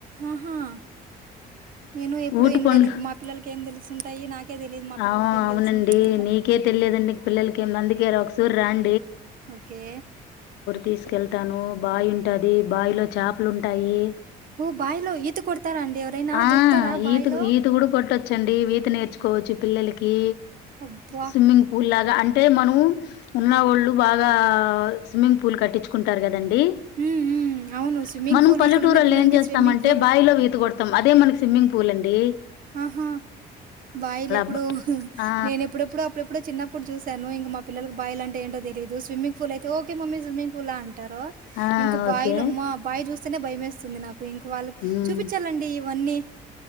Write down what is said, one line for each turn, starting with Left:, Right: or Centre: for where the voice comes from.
Right: ఆహా నేను ఎప్పుడు
Left: ఊటు
Right: వినలేదు
Left: పంలు
Right: ఇంక మా పిల్లలకి ఏం తెలుసుంటాయి నాకే తెలియదు మా పిల్లలకి
Left: అవు
Right: ఏం
Left: అవునండి
Right: తెలుసుంటుంది ఇంకా
Left: నీకే తెలియదండి పిల్లలకి ఏ అందుకే ఒకసూరు రాం
Right: ఓకే
Left: తీసుకెళ్తాను బావి ఉంటుది బావిలో చేపలు ఉంటాయి
Right: ఓ బాయిలో ఈత కొడతారా అండి ఎవరైనా
Left: ఆ
Right: దూకుతారా బాయిలో
Left: ఈత ఈత కూడా కొట్టచ్చండి ఈత నేర్చుకో కోవచ్చు పిల్లలకి
Right: అబ్బా
Left: స్విమ్మింగ్ పూల్గా అంట అంటే మనం ఉన్నవాళ్ళు బాగా స్విమ్మింగ్ పూల్ కట్టించుకుంటారు కదండి అ
Right: ఉమ్ ఉమ్ అవును స్విమ్మింగ్
Left: మనం
Right: పూల్
Left: పల్లెటూరులో
Right: ఇక్కడున్న పిల్లలకి
Left: ఏం చేస్తామంటే
Right: స్విమ్మింగ్ పూల్
Left: బావిలో ఈత కొడతాం అదే మనకి స్విమ్మింగ్ పూల్ అండి
Right: ఆహా బాయిల్ ఎప్పుడు
Left: బ్ ఆ!
Right: నేను ఎప్పుడెప్పుడు అప్పుడెప్పుడు చిన్నప్పుడు చూస్త స నువ ఇం మా పిల్లకి బయలుంట ఏంట తెయదు స్విమ్మింగ్ పూ అయితేఓకే మమ్మ స్విమ్మింగ్ పూలా అ ంటారు
Left: ఆ!
Right: ఇంకా బాయిలు
Left: ఓకే.
Right: అమ్మా బావి చూస్త స భయమేస్తుంది నాకు ఇంకో వాళ్ళకి
Left: హ్మ్.
Right: చూపించాలండి ఇవన్నీ